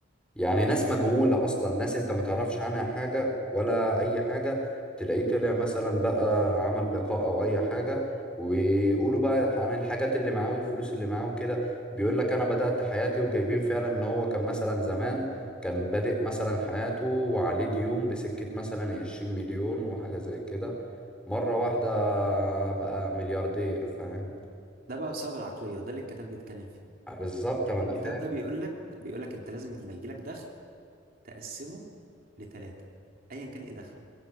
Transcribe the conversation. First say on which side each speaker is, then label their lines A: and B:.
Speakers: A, in the centre; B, on the right.
A: يعني ناس مجهوله اصلا ناس انت ما تعرفش عنها حاجه ولا اي حاجه تلاقيه طلع مثلا بقى عمل لقاء او اي حاجه ويقولوا بقى عن الحاجات اللي معاه والفلوس اللي معاه وكده بيقول لك انا بدأت حياتي وجايبين فعلا ان هو كان مثلا زمان كان بادئ مثلا حياته وعليه ديون بسكة مثلا عشرين مليون وحاجة زي كده مرة واحدة بقى ملياردير فاهم
B: ده بقى بسبب العقلية وده اللي الكتاب بيتكلم فيه
A: آه، بالظبط
B: يعني
A: ما أنا
B: الكتاب
A: فاهم
B: ده بيقول لك بيقول لك انت لازم لما يجي لك دخل تقسمه لثلاثة ايا كان ايه دخلك